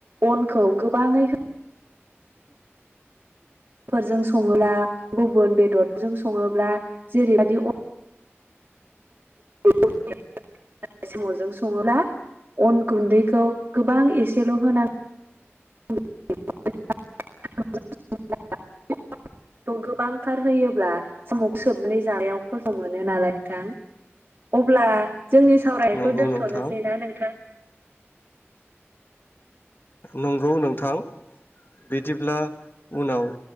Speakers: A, on the right; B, on the left.
A: अनखौ गोबाङै हो फोरजों सङोब्ला गुबुन बेदरजों सङोब्ला जेरैबादि अ <unintelligible> साम'जों सङोब्ला अन गुन्दैखौ गोबां एसेल' होनांग <unintelligible> गोबांथार होयोब्ला साम' सोबनानै जानायाव खस्थ' मोनो नालाय नोंथां अब्ला जोंनि सावरायनायखौ
B: नंगौ
A: दोनथ'नोसै
B: नोंथां
A: ना नोंथां।
B: नंगौ नोंथां बिदिब्ला उनाव